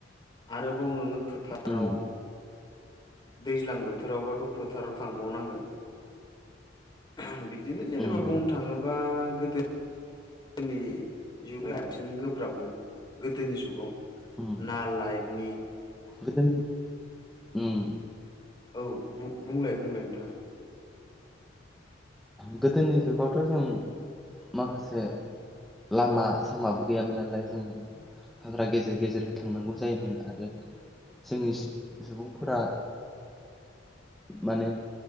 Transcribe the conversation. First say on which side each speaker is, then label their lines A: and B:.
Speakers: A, on the left (about 25°); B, in the centre.
A: आरोबाव नोङो फोथाराव
B: उम
A: दैज्लां बोथोरावबाथ' फोथाराव थांबावनांगोन बिदिनो जेनेबा
B: उम
A: बुंनो थाङोबा गोदो गोदोनि जुगा बांसिन गोब्राबमोन गोदोनि जुगाव
B: उम
A: नालाइदनि
B: गोदोनि उम।
A: औ बुंलाय बुंलाय नोंथाङा?
B: गोदोनि जुगावथ' जों माखासे लामा सामाबो गैयामोन नालाय जों हाग्रा गेजेर गेजेरबो थांनांगौ जायोमोन आरो जोंनि सुबुं माने